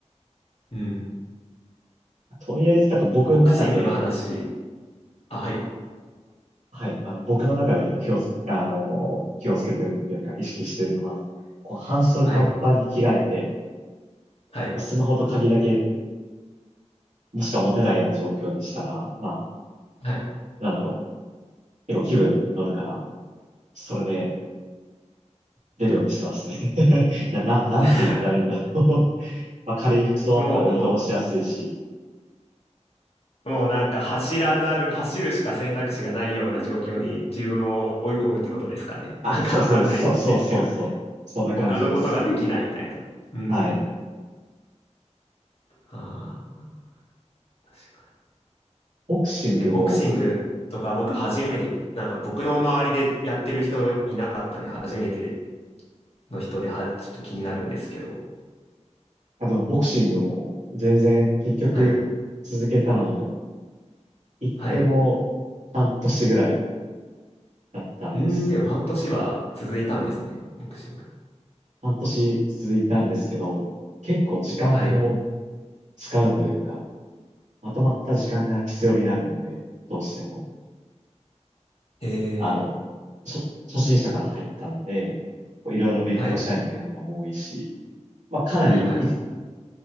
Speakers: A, on the left; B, on the right.
A: うん
B: とりあえず、なんか僕の中で、
A: ボクシングの話、あ、はい。
B: はい、あの僕の中で結構気をつ、あのー、気をつけてるっていうか、意識してるのは、こう、半袖短パンに着替えて、
A: はい。はい。
B: スマホと鍵だけ、もしか持てないような状況にしたら、まあ、
A: はい。
B: なんだろう、結構気分乗るから、それで出るようにしてますね。<laughs> な、な、なんて言ったらいいんだろう。
A: <laughs>
B: <laughs> まあ、軽い服装だったら運動もしやすいし、
A: もう、もうなんか走らざる、走るしか選択肢がないような状況に自分を追い込むってことですかね。<laughs>
B: あ、
A: なんかわかんないですけど、
B: そうそうです。そうそうそうそう。そんな感じです。
A: 他のことができないみたいな。うん。
B: はい。
A: ああ、確かに。
B: ボクシングも、
A: え、ボクシングとか僕初めて、なんか僕の周りでやってる人いなかったんで、初めての人では、ちょっと気になるんですけど。
B: あ、でもボクシングも全然結局続けたのも、
A: はい。
B: 行っても
A: はい。
B: 半年ぐらいだったんです。
A: うーん、でも半年は続いたんですね、ボクシング。
B: 半年続いたんですけど、結構時間を
A: はい。
B: 使うというか、まとまった時間が必要になるので、どうしても、
A: えー、
B: あの、初、初心者から入ったので、こういろいろ勉強しないといけないことも多いし、
A: はい。
B: まあかなり
A: はい、はい。